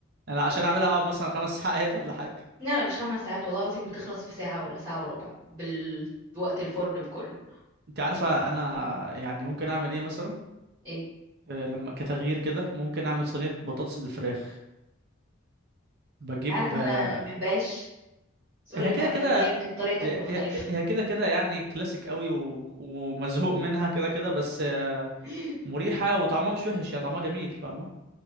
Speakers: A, on the right; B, on the right.
A: انا عشان اعملها اقعد مثلا خمس <laughs> ساعات ولا حاجه
B: يعني مش خمس ساعات والله العظيم بتخلص في ساعة ولا ساعة وربع بالوقت الفرن بكله
A: انت عارفه انا يعني ممكن اعمل ايه مثلا
B: ايه
A: آه، لما كتغيير كده ممكن اعمل صينيه بطاطس بالفراخ بجيب
B: عارف انا
A: آه،
B: ما بحبهاش بس قولي
A: هي
B: بتعملها
A: كده كده
B: ازاي يمكن طريقتك
A: هي
B: مختلفة
A: هي- هي كده كده يعني كلاسيك قوي و... ومزهوق منها كده كده بس آه،
B: <laughs>
A: مريحه وطعمها مش وحش يا طعمها جميل فاهمه